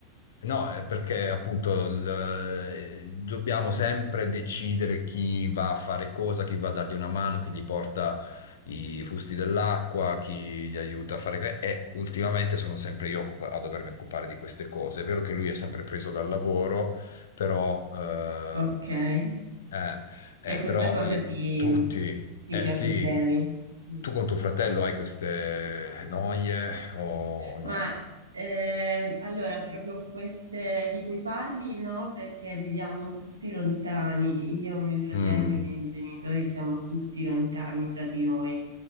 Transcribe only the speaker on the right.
ok, e
questa
cosa
ti,
ti
crea
problemi. Mm.
Ma eh, allora, proprio queste di cui parli, no, perché viviamo tutti lontani. Io, mio fratello,
i miei genitori siamo tutti lontani tra di noi.